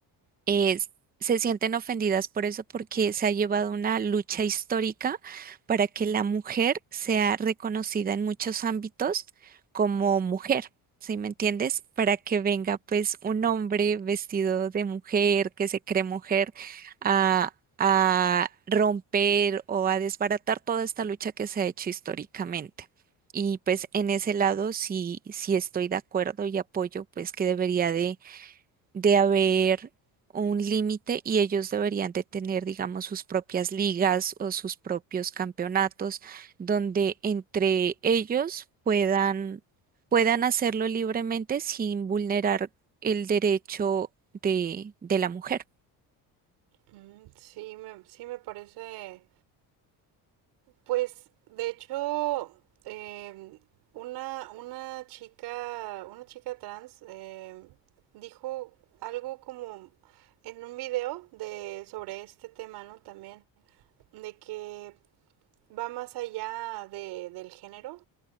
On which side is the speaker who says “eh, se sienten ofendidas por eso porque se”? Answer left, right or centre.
Right